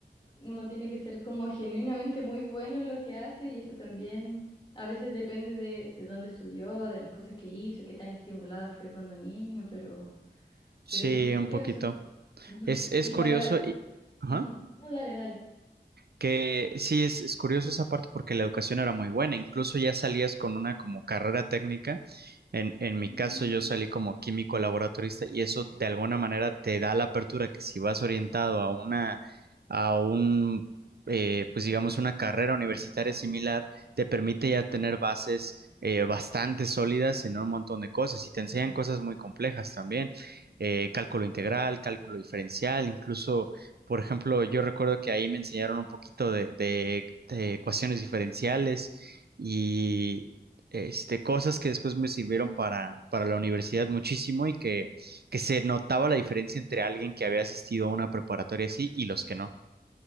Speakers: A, on the left (about 25°); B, on the right (about 65°).
A: uno tiene que ser como genuinamente muy bueno en lo que hace y eso también a veces depende de, de dónde estudió, de las cosas que hizo, qué tan estimulado fue cuando niño, pero,
B: Sí,
A: pero es muy curioso.
B: un poquito.
A: Ujú,
B: Es, es
A: Y
B: curioso
A: para...
B: y... ajá.
A: ujú, No, dale, dale.
B: Que sí, es, es curioso esa parte porque la educación era muy buena, incluso ya salías con una como carrera técnica. En, en
A: Mm,
B: mi caso yo salí como químico laboratorista y eso de alguna manera te da la apertura que si vas orientado a una, a un, eh, pues digamos, una carrera universitaria similar, te permite ya tener bases eh, bastante sólidas en un montón de cosas y te enseñan
A: ujú.
B: cosas muy complejas también, eh, cálculo integral, cálculo diferencial, incluso por ejemplo, yo recuerdo que ahí me enseñaron un poquito de, de- de ecuaciones diferenciales y este, cosas que después me sirvieron para, para la universidad muchísimo y que, que se notaba la diferencia entre alguien que había asistido a una preparatoria así y los que no.